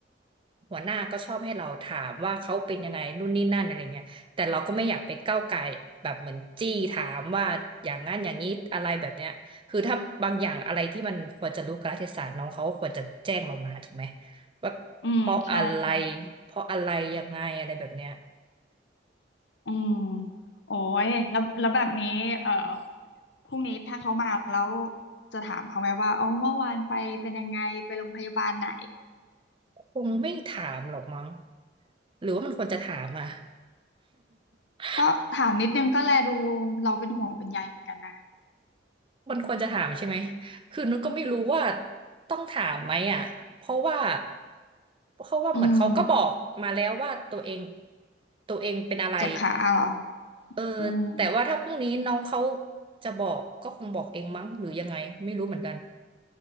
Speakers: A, on the right (about 25°); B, on the left (about 65°).
A: หัวหน้าก็ชอบให้เราถามว่าเขาเป็นยังไงนู่นนี่นั่นอะไรเงี้ยแต่เราก็ไม่อยากไปก้าวไก่ายแบบเหมือนจี้ถามว่าอย่างนั้นอย่างนี้อะไรแบบเนี้ยคือถ้าบางอย่างอะไรที่มันควรจะรู้กาลเทศะน้องเขาก็ควรจะแจ้งเรามาถูกไหมว่าเพราะอะไร
B: อืมใช่ใช่
A: เพราะอะไรยังไงอะไรแบบเนี้ย
B: อืมโอ้ยแล้วแล้วแบบนี้เออพรุ่งนี้ถ้าเขามาแล้วจะถามเขาไหมว่าเอาเมื่อวานไปเป็นยังไงไปโรงพยาบาลไหน
A: คงไม่ถามหรอกมั้งหรือว่ามันควรจะถามอ่ะ <laughs>
B: ก็ถามนิดนึงก็แลดูเราเป็นห่วงเป็นใยเหมือนกันนะ
A: มันควรจะถามใช่ไหมคือนุชก็ไม่รู้ว่าต้องถามไหมอ่ะเพราะว่าเพราะว่าเหมือนเขาก็บอกมาแล้วว่าตัวเอง
B: อืม
A: ตัวเองเป็นอะไร
B: เจ็บขาเหรอ
A: เออ
B: อืม
A: แต่ว่าถ้าพรุ่งนี้น้องเขาจะบอกก็คงบอกเองมั้งหรือยังไงไม่รู้เหมือนกัน